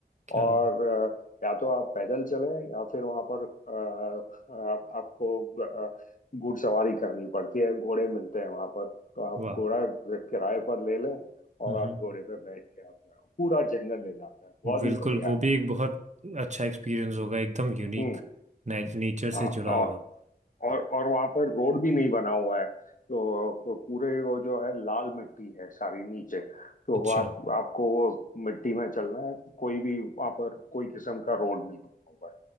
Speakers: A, on the right (about 45°); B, on the left (about 50°).
A: क्या
B: और अ, या तो आप पैदल चलें या फिर वहां पर अ, आप, आपको ग- अ, घुड़सवारी करनी पड़ती है घोड़े मिलते हैं वहां पर तो आप
A: वाह
B: घोड़ा किराए पर ले लें और
A: हाँ हाँ,
B: आप घोड़े पे बैठ के आप पूरा जंगल ले जाता है बहुत
A: बिल्कुल
B: ही बढ़िया
A: वो
B: है।
A: भी एक बहुत अच्छा एक्सपीरियंस होगा एकदम यूनिक
B: हम्म
A: नेचर
B: हाँ
A: से जुड़ा
B: और
A: हुआ
B: और और वहां पर रोड भी नहीं बना हुआ है तो, तो पूरे वो जो है लाल मिट्टी है सारी नीचे तो
A: अच्छा
B: आप आपको वो मिट्टी में चलना है कोई भी वहां पर कोई किस्म का रोड नहीं बना हुआ है